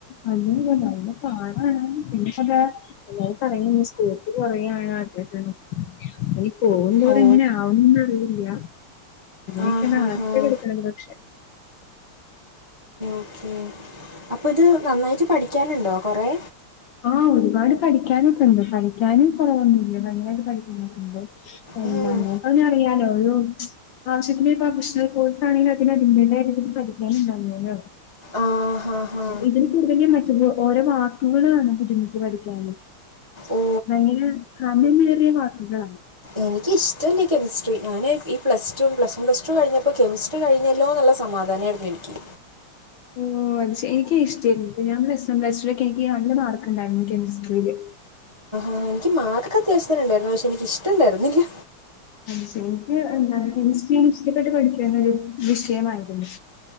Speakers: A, on the left; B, on the right.
A: അതുതന്നയാ, നല്ലപാടാണ്- പിന്നെയിപ്പമിത്, എല്ലാരുംപറയും സ്കോപ്പു കുറയുകയാണാഗ്രഹമിനി- പോകുംപോയ,
B: ഓ
A: തെങ്ങനെയാവുമെന്നറി- ഇല്ല, നമ്മളൊക്കെയാണേ-
B: ആ ഹാ
A: യാദ്യത്തെ
B: ഹാ
A: കെടുകടക്കും പക്ഷേ,
B: ഉം.. അപ്പോയിത് നന്നായിട്ടു പഠിക്കാനുണ്ടോ? കുറേ?
A: ആഹ്ഒരുപാടു- പഠിക്കാനൊക്കെയുണ്ട്. പഠിക്കാനും കുറവൊന്നുമില്ല, പഴയതു പഠിക്കുന്ന പോലെ. എന്താന്നിപ്പൊയിനി
B: ഉം.
A: അറിയാനുള്ളൂ. ആവശ്യത്തിനു പ്രൊഫഷണൽ കോഴ്സാണെങ്കിൽ- അതിനതിന്റേതായ രീതി പഠിക്കാനുണ്ടാകുമല്ലേ?
B: ആ ഹാ ഹാ
A: ഇതിന്കൂടുതല്മാറ്റുമോ ഓരോ വാക്കുകള്- ബുദ്ധിമുട്ട് പഠിക്കാന്-
B: ഓ
A: ഭയങ്കരഖനമേറിയ വാക്കുകളാ.
B: എനിക്കിഇഷ്ടമില്ല യീകെമിസ്ട്രി, ഞാനീ പ്ലസ്ടു, പ്ലസ്‌വൺ, പ്ലസ്ടു- കഴിഞ്ഞപ്പോൾ കെമിസ്ട്രി- കെമിസ്ടി കഴിഞ്ഞല്ലോയെന്നുള്ള സമാധാനമായിരുന്നു എനിക്ക്.
A: ഓഹോ.. അതു ശരി, എനിക്കിഷ്ടമാ ഞാൻ പ്ലസ് വൺ, പ്ലസ്ടുവിന് എനിക്കുനല്ല- മാർക്കുണ്ടായിരുന്നു കെമിസ്ട്രിയില്.
B: ആഹ്.. എനിക്കുമാർക്കത്യാവശ്യത്തിനുണ്ടായിരുന്നു. പക്ഷേയെനിക്കിഷ്ടമുണ്ടായിരുന്നില്ല.
A: ആഹ്.. എനിക്കെന്താ- കെമിസ്ട്രിയിഷ്ടപ്പെട്ടു- പഠിക്കുന്നൊരു വിഷയമായിരുന്നു.